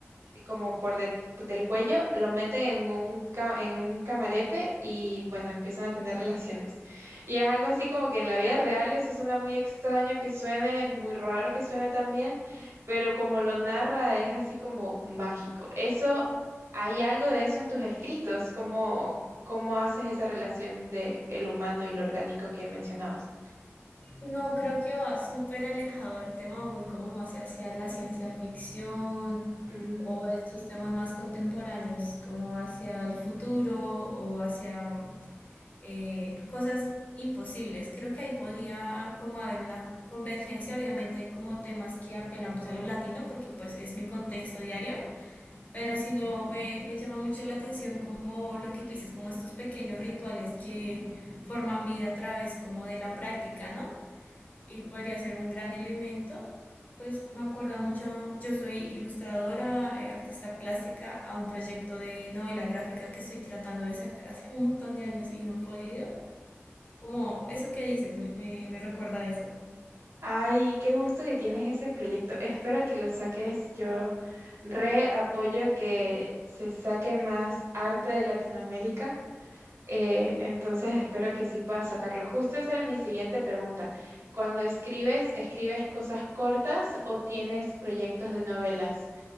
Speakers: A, on the right; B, on the left.
A: como por de- del cuello, lo meten en un, ca- en un camarete y bueno, empiezan a tener relaciones. Y es algo así como que en la vida real eso suena muy extraño que suene, es muy raro que suene también, pero como lo narra es así como mágico. Eso, ¿hay algo de eso en tus escritos? ¿Cómo, cómo haces esa relación de el humano y lo orgánico que mencionabas?
B: No, creo que va súper alejado al tema, voy como más hacia la ciencia ficción
A: Mm.
B: o estos temas más contemporáneos, como hacia el futuro o hacia eh, cosas imposibles. Creo que ahí podría como haber una convergencia, obviamente hay como temas que apelan pues a lo latino porque pues es mi contexto diario, Pero si no, me, me llama mucho la atención como lo que tú dices, como estos pequeños rituales que forman vida a través como de la práctica, ¿no? Y podría ser un gran elemento. Pues me acuerda mucho, yo soy ilustradora, eh, artista plástica, a un proyecto de novela gráfica que estoy tratando de sacar hace un montón de años y no he podido. Como eso que dices, me, me me recuerda a eso.
A: Ay, qué gusto que tienes ese proyecto. Espero que lo saques. Yo re apoyo que se saque más arte de Latinoamérica. Eh, entonces espero que sí puedas sacarlo. Justo esa era mi siguiente pregunta. Cuando escribes, ¿escribes cosas cortas o tienes proyectos de novelas?